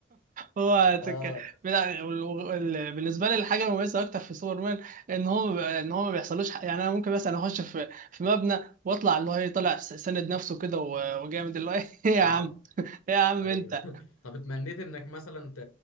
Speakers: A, on the right (about 40°); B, on the left (about 75°).
A: هو
B: اه
A: تك... بلا- وال- وال- بالنسبه لي الحاجه المميزه اكتر في سوبرمان ان هو بيبقى- ان هو ما بيحصلوش حق. يعني انا ممكن مثلا اخش في في مبنى واطلع اللي هو ايه طالع س- ساند نفسه كده و- وجامد اللي هو ايه <laughs> يا
B: اه
A: عم إيه يا عم
B: ايوه
A: انت
B: <laughs> طب اتمنيت انك مثلا ت...